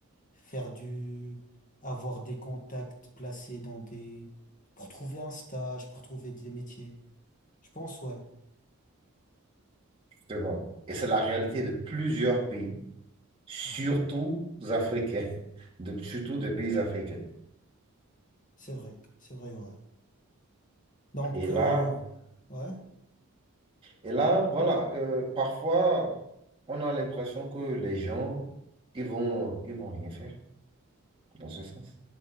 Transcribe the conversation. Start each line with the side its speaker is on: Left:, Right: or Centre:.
Left: faire du, avoir des contacts placés dans des, pour trouver un stage, pour trouver des métiers. Je pense, ouais.
Right: justement. Et c'est la réalité de plusieurs pays surtout
Left: Ouais.
Right: africains, de- surtout des pays africains.
Left: C'est vrai. C'est vrai, ouais. Donc,
Right: Et là,
Left: euh, ouais.
Right: et là, voilà, euh, parfois, on a l'impression que les gens, ils vont, ils vont rien faire dans ce sens.